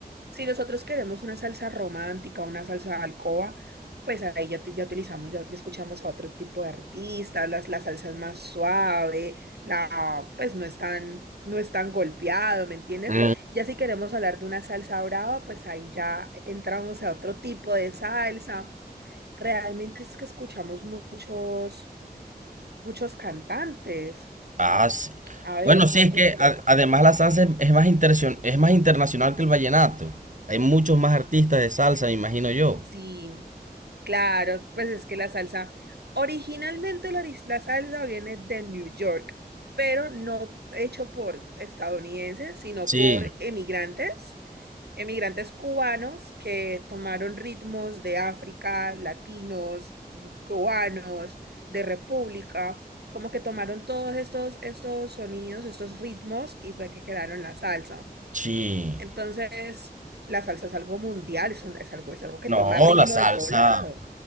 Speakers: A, on the right; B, on the right.
A: Si nosotros queremos una salsa romántica, una salsa de alcoba, pues ahí ya, te- ya utilizamos, ya, ya escuchamos a otro tipo de artistas, las, la salsa es más suave, la, pues no es tan, no es tan golpeado, ¿me entiendes?
B: sí.
A: Ya si queremos hablar de una salsa brava, pues ahí ya entramos a otro tipo de salsa. Realmente es que escuchamos muchos, muchos cantantes.
B: Ah, sí.
A: A ver,
B: Bueno, sí,
A: por
B: es
A: ejemplo,
B: que a- además la salsa es, es más intercion- es más internacional que el vallenato. Hay muchos más artistas de salsa, me imagino yo.
A: si... Claro, pues es que la salsa, originalmente la, ris- la salsa viene de New York, pero no hecho por estadounidenses, sino
B: Sí,
A: por emigrantes, emigrantes cubanos que tomaron ritmos de África, latinos, cubanos, de República, como que tomaron todos estos, estos sonidos, estos ritmos y fue que crearon la salsa.
B: sí.
A: Entonces, la salsa es algo mundial, es, un- es algo, es algo que toma
B: No,
A: ritmo
B: la salsa,
A: de todo lado.